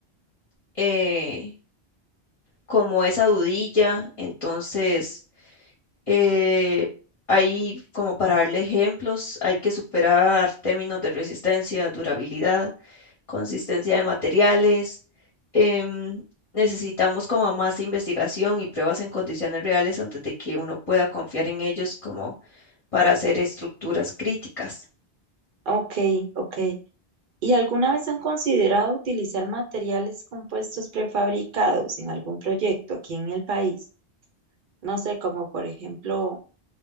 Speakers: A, on the left; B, on the right.
A: eh, como esa dudilla. Entonces, Eh, hay, como para darle ejemplos, hay que superar términos de resistencia, durabilidad, consistencia de materiales. em, necesitamos como más investigación y pruebas en condiciones reales antes de que uno pueda confiar en ellos como para hacer estructuras críticas.
B: ok, ok. ¿Y alguna vez han considerado utilizar materiales compuestos prefabricados en algún proyecto aquí en el país? No sé, como por ejemplo